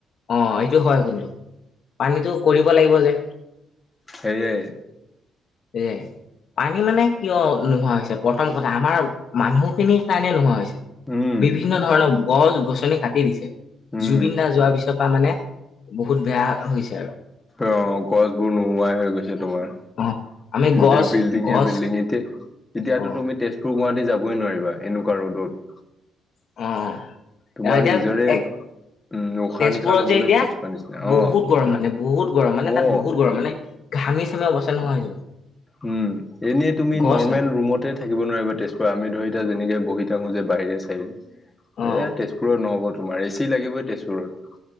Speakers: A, on the left (about 60°); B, on the left (about 15°).
A: অ' এইটো হয় কিন্তু, পানীটো কৰিব লাগিব যে।
B: সেইয়াই।
A: এইয়াই। পানী মানে কিয় নোহোৱা হৈছে প্ৰথম কথা আমাৰ মানুহখিনিৰ কাৰণে নোহোৱা হৈছে।
B: উম
A: বিভিন্ন ধৰণৰ গছ গছনি কাটি দিছে।
B: উম
A: জুবিন দা যোৱাৰ পিছৰ পৰা মানে বহুত বেয়া হৈছে আৰু।
B: অ' গছবোৰ নোৱাই হৈ গৈছে তোমাৰ।
A: অ আমি
B: গোটেই
A: গছ
B: বিল্ডিঙে
A: গছ
B: বিল্ডিং এতিয়া, এতিয়াতো
A: অ
B: তুমি তেজপুৰ গুৱাহাটী যাবই নোৱাৰিবা, এনেকুৱা ৰদত।
A: অ'।
B: তোমাৰ
A: এ এতিয়া
B: নিজৰে
A: এ
B: উম উশাহ
A: তেজপুৰত
B: নিশাহ লবলৈ
A: যে এতিয়া,
B: কষ্ট নিচিনা
A: বহুত
B: অ
A: গৰম, মানে বহুত গৰম, মানে তাত
B: অ
A: বহুত গৰম, মানে ঘামি চামি অৱস্থা নহোৱা হৈ যাব।
B: উম, এনেই তুমি
A: গছ
B: নৰ্মেল
A: নাই
B: ৰুমতে থাকিব নোৱাৰিবা তেজপুৰত আমি ধৰ এতিয়া যেনেকে বহি থাকো যে বাহিৰে চাইৰে
A: অ
B: এ তেজপুৰ পুৰত নহ'ব তোমাৰ, এচি লাগিবই তেজপুৰত।